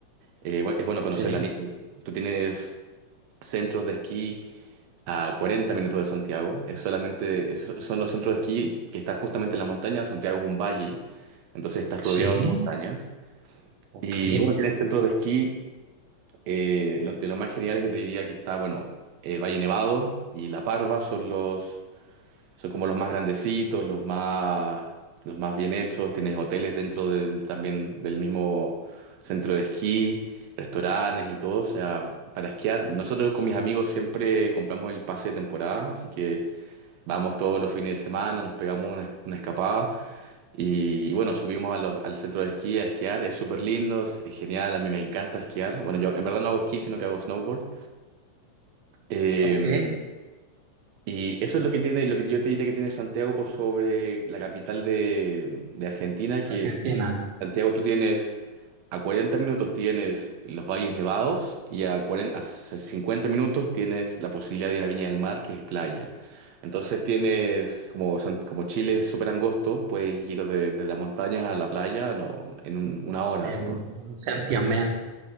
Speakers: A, on the right; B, on the right.
A: Eh, bu- es bueno conocer
B: Sí,
A: la nieve. Tú tienes centros de esquí a 40 minutos de Santiago. Es solamente, es- son los centros de esquí que están justamente en la montaña. Santiago es un valle, entonces estás
B: sí,
A: rodeado de montañas.
B: ok,
A: Y bueno, tienes centros de esquí. eh, lo- de los más geniales yo te diría que está, bueno, eh, Valle Nevado y La Parva son los, son como los más grandecitos, los más, los más bien hechos. Tienes hoteles dentro de- también del mismo centro de esquí restaurantes y todo, o sea, para esquiar. Nosotros con mis amigos siempre compramos el pase de temporada, así que Vamos todos los fines de semana, nos pegamos una, una escapada y, y bueno, subimos a los- al centro de esquí a esquiar. Es súper lindo, es, es genial, a mí me encanta esquiar. Bueno, yo en verdad no hago esquí, sino que hago snowboard. Eh,
B: ok,
A: y eso es lo que tiene, lo que yo te diría que tiene Santiago por sobre la capital de, de Argentina, que
B: Argentina,
A: Santiago, tú tienes a 40 minutos tienes los valles nevados y a 40, a 50 minutos tienes la posibilidad de ir a Viña del Mar, que es playa. Entonces tienes, como, San- como Chile es súper angosto, puedes ir de, de las montañas a la playa no, en un- una hora,
B: en
A: o sea, ¿no?
B: Santiamén,